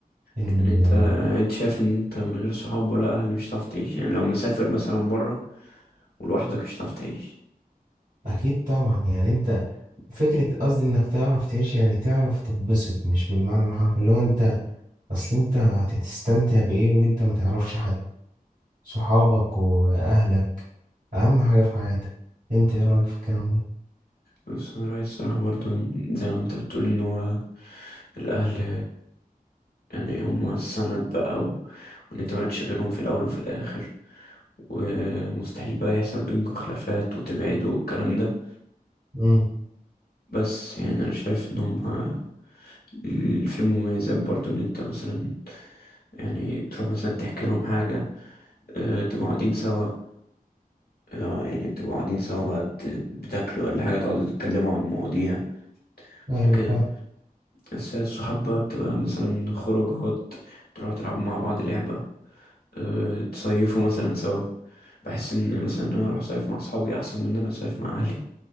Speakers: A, on the right; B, on the left.
A: ان
B: يعني انت انت شايف ان انت من غير صحاب ولا أهل مش هتعرف تعيش يعني لو مسافر مثلا برا ولوحدك مش هتعرف تعيش
A: اكيد طبعا يعني انت فكرة قصدي انك تعرف تعيش يعني تعرف تتبسط مش بالمعنى الحرفي اللي هو انت اصل انت هتستمتع بايه وانت ما تعرفش حد صحابك واهلك اهم حاجة في حياتك انت ايه رأيك في الكلام ده
B: بس انا رأيي الصراحة برضو إن- زي ما انت بتقول ان هو الاهل يعني هما السند بقى و... وان انت مالكش غيرهم في الاول وفي الاخر ومستحيل بقى يحصل بينكم خلافات وتبعدوا والكلام ده
A: امم
B: بس يعني انا شايف ان هما ال- في مميزات برضو ان انت مثلا يعني بتروح مثلا تحكي لهم حاجة آه، تبقوا قاعدين سوا آه، يعني بتبقوا قاعدين سوا بقى بت- بتاكلوا ولا حاجة تقعدوا تتكلموا عن مواضيع
A: ايوه
B: وكده
A: فاهم
B: بس هي الصحاب بقى بتبقى مثلا خروجات تروحوا تلعبوا مع بعض لعبة أه تصيفوا مثلا سوا بحس إن مثلا أنا أروح أصيف مع أصحابي أحسن من إن أنا أصيف مع أهلي